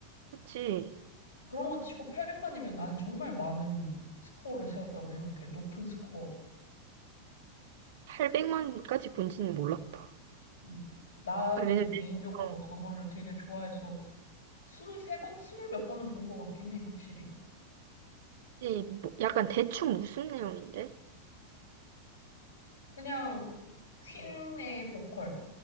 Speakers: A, on the right; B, on the left.
A: 그치.
B: 그런 거 치고 800만이면 나는 정말 많은 스코어를 세웠다고 생각해. 높은 스코어.
A: 800만까지 본지는 몰랐다.
B: 음, 나는
A: 아, 왜냐면,
B: 개인적으로
A: 어,
B: 그거를 되게 좋아해서 스물 세 번 스물 몇 번은 본 것 같긴 해, 확실히.
A: 이 뭐, 약간 대충 무슨 내용인데?
B: 그냥 퀸의 보컬,